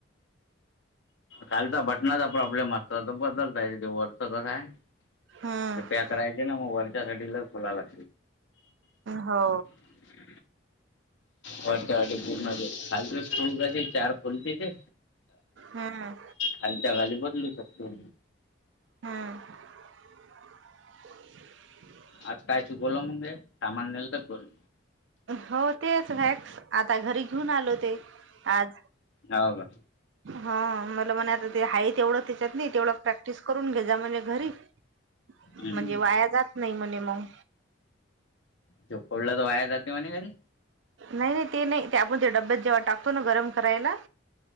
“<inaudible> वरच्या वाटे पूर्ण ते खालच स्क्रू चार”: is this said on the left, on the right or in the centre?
Left